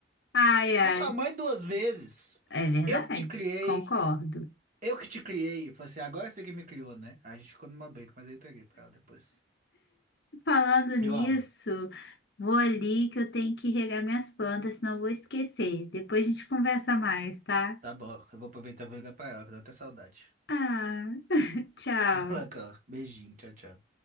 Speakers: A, on the left (about 60°); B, on the right (about 45°).
A: Ai, ai.
B: Sou sua mãe duas vezes.
A: É verdade,
B: Eu que te criei.
A: concordo.
B: Eu que te criei. Eu falei assim, agora você que me criou, né? A gente ficou numa briga, mas eu entreguei pra ela depois.
A: Falando nisso,
B: Eu, Alô,
A: vou ali que eu tenho que regar minhas plantas, senão eu vou esquecer. Depois a gente conversa mais, tá?
B: tá bom, eu vou aproveitar e vou ligar pra ela, que eu tô até saudade.
A: Ah, tchau.
B: <laughs> Bacana. Beijinho, tchau, tchau.